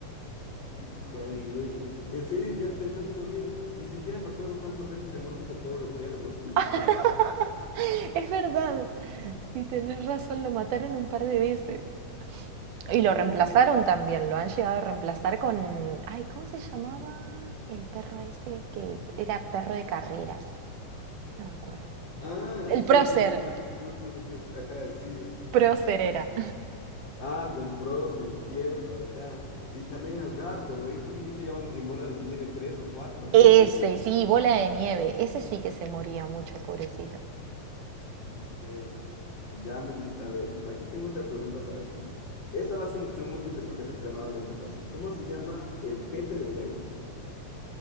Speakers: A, on the left; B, on the right.
A: y cague, oye. En serio, ya pensándolo bien, ni siquiera me acuerdo cuántas veces se ha muerto ese pobre perro. <laughs>
B: <laughs> Es verdad. Sí, tenés razón, lo mataron un par de veces. Y
A: Pobrecito.
B: lo reemplazaron también, lo han llegado a reemplazar con, ay, ¿cómo se llamaba el perro ese que era perro de carreras? No me acuerdo.
A: Ah,
B: El prócer,
A: sí, con ese gato, no me acuerdo qué es. Ajá, sí.
B: prócer era.
A: Ah, con Procer, cierto, ajá. Y también al gato, y creo que ellos te llevan en bola de nieve tres o cuatro. <laughs>
B: Ese, sí, bola de nieve, ese sí que se moría mucho, pobrecito.
A: Ok. Ya, Melissa, a ver, aquí tengo otra pregunta para ti. Esa va sin opción múltiple porque es extremadamente fácil. ¿Cómo se llama el jefe de Homero?